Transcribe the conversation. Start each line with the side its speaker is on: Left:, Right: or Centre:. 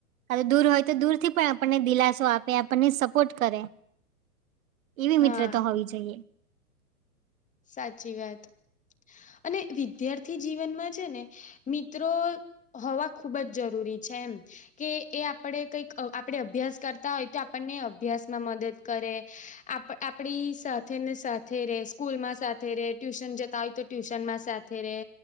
Right: ખાલ દૂર હોય તો દૂર થી પણ આપણને દિલાસો આપે આપણને સપોર્ટ કરે. એવી
Left: હા
Right: મિત્રતા હોવી જોઈએ.
Left: સાચી વાત અને વિદ્યાર્થી જીવનમાં છે ને મિત્રો હોવા ખુબ જ જરૂરી છે એમ. કે એ આપડે કઈક અહ આપડે અભ્યાસ કરતા હોય તો આપણને અભ્યાસમાં મદદ કરે. આપ આપડી સાથે ને સાથે રેશ સ્કૂલ માં સાથે રે ટ્યુશન જતા હોય તો ટ્યુશન માં સાથે રે.